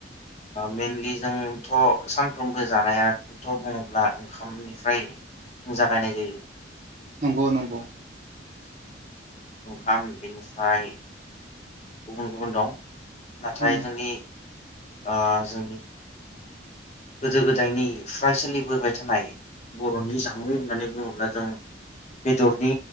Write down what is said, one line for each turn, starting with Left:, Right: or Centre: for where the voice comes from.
Left: मेइेनलि जोंथ' सानफ्रोमबो जानायखौथ' बुङोब्ला ओंखाम बेनिफ्राय जागायनाय जायो
Right: नंगौ नंगौ
Left: ओंखाम बेनिफ्राय गुबुन गुबुन दं नाथाय
Right: उम
Left: जोंनि जोंनि गोदो गोदायनि फ्राय सोलिबोबाय थानाय बर'नि जामुं होननानै बुङोब्ला जों बेदरनि